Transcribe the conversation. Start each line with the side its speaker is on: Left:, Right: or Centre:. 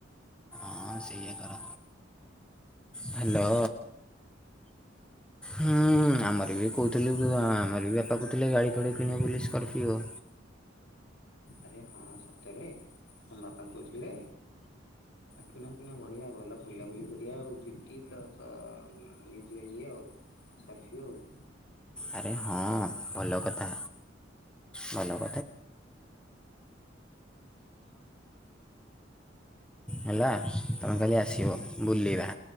Centre: ହଁ ସେଇ କର ହ୍ୟାଲୋ। ହୁଁ ଆମର ବି କହୁଥିଲୁ ଆମର ବି ବାପା କହୁଥିଲେ ଗାଡ଼ି ଫାଡ଼ି କିଣିବେ ବୋଲି ସ୍କର୍ପିଓ।
Left: ଆରେ ହଁ ସତରେ ମ ବାପା କହୁଥିଲେ। କିଣ କିଣ ବଢ଼ିଆ ଭଲ ବୁଲାବୁଲି କରିବା ଆଉ ଜିଟି ପ୍ଲସ୍ ନେଇଯିବା ଇଏ ଆଉ କରଫ୍ୟୁ ଆଉ <inaudible>
Centre: ଆରେ ହଁ ଭଲ କଥା ଭଲ <inaudible> ହେଲା ତମେ ଖାଲି ଆସିବ ବୁଲିବା